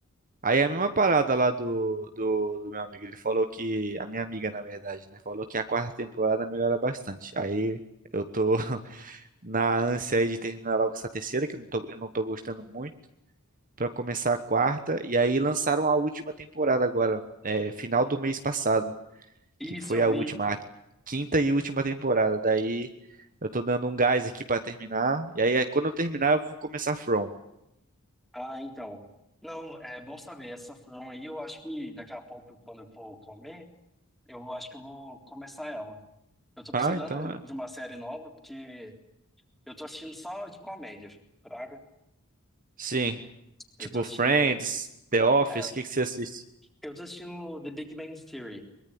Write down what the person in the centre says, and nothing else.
Isso
eu
vi.
Ah, então. Não, é bom saber. Essa frão aí, eu acho que daqui a pouco, quando eu for comer, eu acho que eu vou começar ela. Eu tô precisando
de uma série nova, porque eu tô assistindo só de comédia, praga.
Eu
tô assistindo.
é
Eu tô assistindo The Big Bang Theory.